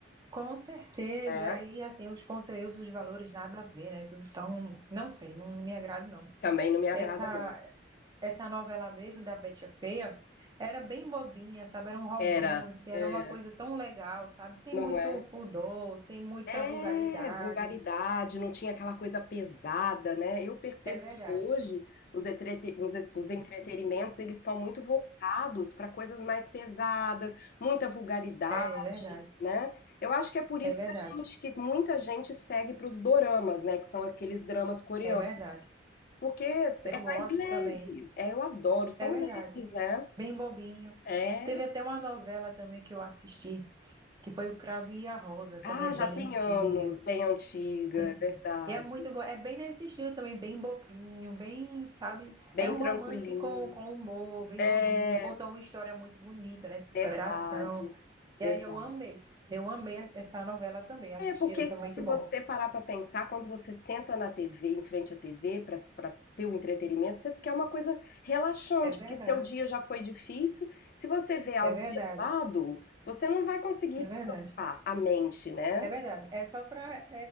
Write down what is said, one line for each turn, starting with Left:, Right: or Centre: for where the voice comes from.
Right: com certeza.
Left: né?
Right: E assim, os conteúdos, os valores, nada a ver, né? Tudo tão. Não sei, não, não me agrada, não.
Left: Também não me
Right: Essa,
Left: agrada, não.
Right: essa novela mesmo da Betty a Feia era bem bobinha, sabe? Era um romance,
Left: Era,
Right: era
Left: é,
Right: uma coisa tão legal, sabe? Sem
Left: não
Right: muito
Left: é.
Right: pudor, sem muita
Left: É,
Right: vulgaridade.
Left: vulgaridade, não tinha aquela coisa pesada, né. Eu percebo
Right: É verdade.
Left: que hoje os entrete os e os entretenimentos, eles estão muito voltados para coisas mais pesadas, muita vulgaridade,
Right: É verdade.
Left: né. Eu acho que é por
Right: É
Left: isso
Right: verdade.
Left: que a gente que muita gente segue para os doramas, né, que são aqueles dramas coreanos,
Right: É verdade.
Left: porque é
Right: Eu gosto
Left: mais leve.
Right: também.
Left: É, eu adoro, são
Right: É verdade.
Left: leves, né.
Right: Bem bobinho.
Left: É.
Right: Teve até uma novela também que eu assisti, que foi O Cravo e a Rosa, também
Left: Ah,
Right: é bem
Left: já tem
Right: antiga.
Left: anos, bem antiga,
Right: Muito.
Left: é verdade.
Right: E é muito bom. É bem nesse estilo também, bem bobinho, bem, sabe?
Left: Bem
Right: É um
Left: tranquilinho.
Right: romance com, com humor, bem
Left: É.
Right: bobinho. Conta uma história muito bonita, né? De superação.
Left: Verdade,
Right: E
Left: verdade.
Right: aí eu amei. Eu amei essa novela também. Assistiram,
Left: É, porque Muito
Right: foi muito
Left: se muito
Right: bom.
Left: bom. você parar para pensar, quando você senta na TV, em frente à TV, para para ter o entretenimento, você quer uma coisa relaxante,
Right: É verdade.
Left: porque seu dia já foi difícil. Se você vê algo
Right: É verdade.
Left: pesado, você não vai conseguir
Right: É
Left: descansar
Right: verdade.
Left: a mente, né?
Right: É verdade. É só para